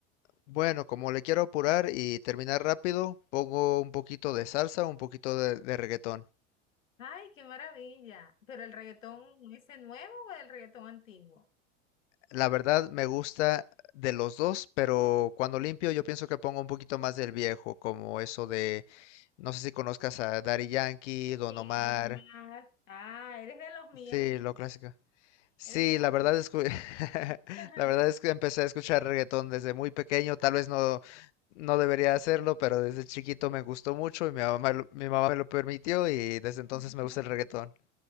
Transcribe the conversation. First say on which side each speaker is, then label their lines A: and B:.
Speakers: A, on the left; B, on the left.
A: Bueno, como le quiero apurar y terminar rápido, pongo un poquito de salsa, un poquito de, de reggaetón.
B: Ay, qué maravilla. ¿Pero el reggaetón ese nuevo o el reggaetón antiguo?
A: La verdad me gusta de los dos, pero cuando limpio yo pienso que pongo un poquito más del viejo, como eso de, no sé si conozcas a Daddy Yankee, Don
B: Sí,
A: Omar,
B: Don Omar. Ah, eres de los míos
A: sí,
B: entonces.
A: lo clásico. Sí,
B: Eres de los
A: la verdad es que <laughs>
B: míos.
A: la verdad es que empecé a escuchar reggaetón desde muy pequeño, tal vez no no debería hacerlo, pero desde chiquito me gustó mucho y mi mamá lo- mi mamá me lo permitió y desde entonces
B: <laughs>
A: me gusta el reggaetón.